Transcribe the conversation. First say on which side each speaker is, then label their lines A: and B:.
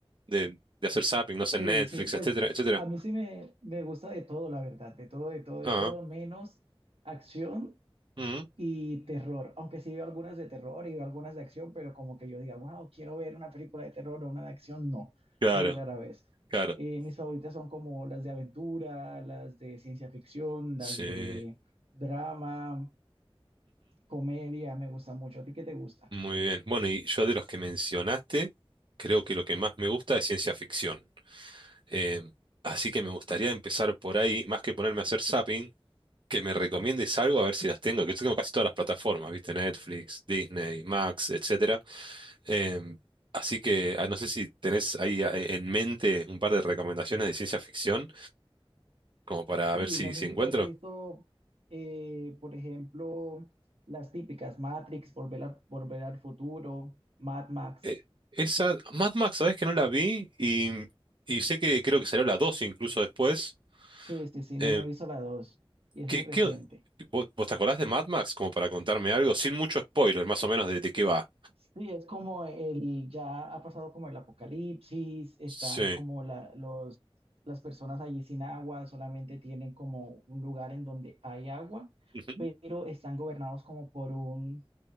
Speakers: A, on the right; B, on the right.
A: de, de hacer zapping, no sé,
B: Sí,
A: Netflix,
B: sí, pues
A: etcétera, etcétera.
B: a mí sí me, me gusta de todo, la verdad, de todo, de todo, de
A: Ah,
B: todo, menos acción
A: mm,
B: y terror. Aunque sí veo algunas de terror y veo algunas de acción, pero como que yo diga, wow, quiero ver una película de terror o una de acción, no,
A: claro,
B: muy rara vez.
A: claro.
B: Eh, mis favoritas son como las de aventura, las de ciencia ficción, las
A: Sí.
B: de drama. Comedia me gusta mucho. ¿A ti qué te gusta?
A: Muy bien. Bueno, y yo de los que mencionaste, creo que lo que más me gusta es ciencia ficción. Eh, así que me gustaría empezar por ahí, más que ponerme a hacer zapping, que me recomiendes algo a ver si las tengo, que yo tengo casi todas las plataformas, ¿viste? Netflix, Disney, Max, etcétera. Eh, así que ah, no sé si tenés ahí ah, eh, en mente un par de recomendaciones de ciencia ficción, como para
B: Sí,
A: ver si,
B: no sé
A: si encuentro.
B: si te has visto, eh, por ejemplo, las típicas Matrix, Volver a- Volver al Futuro, Mad Max.
A: Eh, esa, Mad Max, ¿sabés que no la vi? Y, y sé que creo que salió la 2 incluso después.
B: Sí, sí, sí,
A: Eh,
B: no me he visto la dos y es
A: ¿Qué,
B: muy reciente.
A: qué, vos, vos te acordás de Mad Max como para contarme algo? Sin mucho spoiler, más o menos de, de qué va.
B: Sí, es como el, ya ha pasado como el apocalipsis, están
A: Sí.
B: como la, los, las personas allí sin agua, solamente tienen como un lugar en donde hay agua,
A: Ujú.
B: pero están gobernados como por un